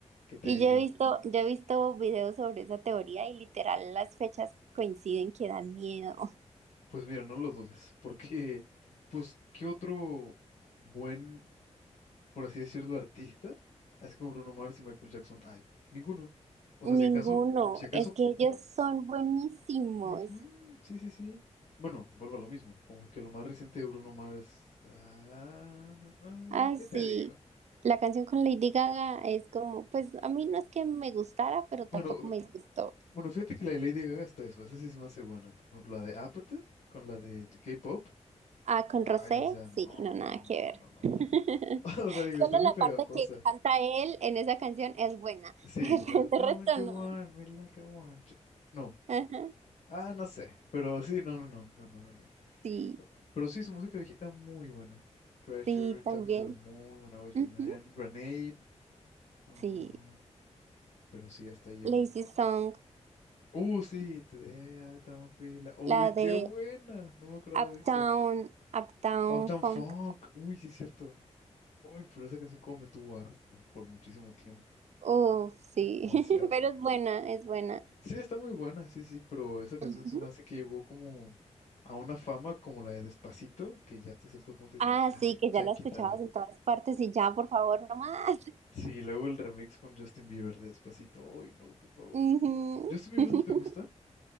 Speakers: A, on the left; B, on the right.
A: ¿qué te
B: Y
A: digo?
B: yo he visto, yo he visto videos sobre esa teoría y literal las fechas coinciden que dan miedo. <laughs>
A: Pues mira, no lo dudes, porque, pues, ¿qué otro buen, por así decirlo, artista, así como Bruno Mars y Michael Jackson hay? Ninguno. O
B: Ninguno.
A: sea, si acaso, si acaso,
B: Es que ellos son buenísimos.
A: ujú, sí, sí, sí. Bueno, vuelvo a lo mismo, como que lo más reciente de Bruno Mars, ah, ah,
B: Ay,
A: ¿qué
B: sí.
A: te digo?
B: La canción con Lady Gaga es como, pues a mí no es que me gustara, pero tampoco
A: Bueno,
B: me disgustó.
A: Bueno, fíjate que la de Lady Gaga está eso, esa sí se me hace buena. Por ejemplo, la de Apathy con la de K-pop.
B: Ah, con
A: Ay,
B: Rosé,
A: o sea, no,
B: sí, no,
A: no,
B: nada
A: no, no,
B: que
A: no,
B: ver.
A: no, no,
B: <laughs>
A: no. <laughs> O sea, digo,
B: Solo
A: está muy
B: la
A: pegajosa.
B: parte que canta él en esa canción es buena.
A: Sí,
B: <laughs> El
A: la de Don't
B: resto
A: You
B: no.
A: Want Me Like I Want You. No,
B: Ajá.
A: ah, no sé, pero sí, no, no, no, no, no, no, no.
B: Sí,
A: Pero sí, su música viejita muy buena. Treasure,
B: sí,
A: Talking
B: también.
A: to the Moon, When I Was Your
B: Ujú,
A: Man, Grenade. Oh,
B: Sí.
A: pero sí, hasta ahí llegó.
B: Lazy Song,
A: Uh, sí, Today I Don't Feel. Like- Uy,
B: la de
A: qué buena, no me acordaba
B: Uptown,
A: de esa.
B: Uptown
A: Uptown
B: Funk.
A: Funk. Uy, sí es cierto. Uy, pero esa canción como me tuvo harto por muchísimo tiempo,
B: Uf, sí.
A: demasiado.
B: <laughs> Pero es buena, es buena.
A: Sí, está muy buena, sí, sí, pero esa canción
B: Ujú.
A: se me hace que llegó como a una fama como la de Despacito, que ya hasta cierto punto decías,
B: Ah,
A: ya,
B: sí, que
A: ya
B: ya la
A: quítala.
B: escuchabas en todas partes y ya, por favor, no más.
A: Sí, y luego el remix con Justin Bieber de Despacito. Uy, no, por favor.
B: Ujú.
A: ¿Justin Bieber
B: <laughs>
A: no te gusta?